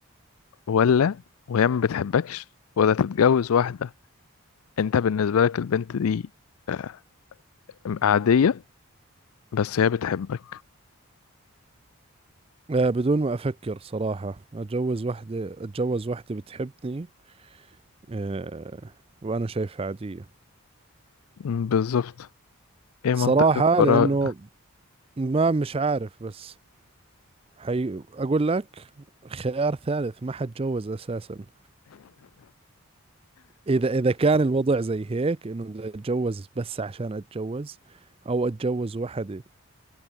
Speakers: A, on the left; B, on the right.
A: ولا وهي ما بتحبكش ولا تتجوز واحدة أنت بالنسبة لك البنت دي آه عادية بس هي بتحبك
B: آه، بدون ما أفكر صراحة أتجوز وحدة أتجوز وحدة بتحبني آه، وأنا شايفها عادية
A: م، بالظبط إيه
B: صراحة
A: منطقك وراء
B: لأنه
A: ده
B: ما مش عارف بس حي أقول لك خيار ثالث ما حتجوز أساسا <laughs> إذا إذا كان الوضع زي هيك إنه بدي أتجوز بس عشان أتجوز أو أتجوز وحدة